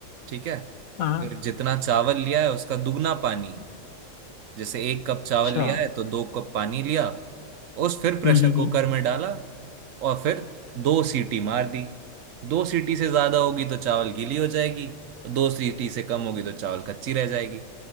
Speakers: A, on the right; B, on the left.
A: ठीक है
B: हाँ
A: फिर जितना चावल लिया है उसका दुगना पानी जैसे एक कप चावल
B: अच्छा
A: लिया है तो दो कप पानी लिया उस फिर प्रेशर
B: हम्म हम्म
A: कुकर
B: हम्म।
A: में डाला और फिर दो सीटी मार दी दो सीटी से ज्यादा होगी तो चावल गीली हो जाएगी दो सीटी से कम होगी तो चावल कच्ची रह जाएगी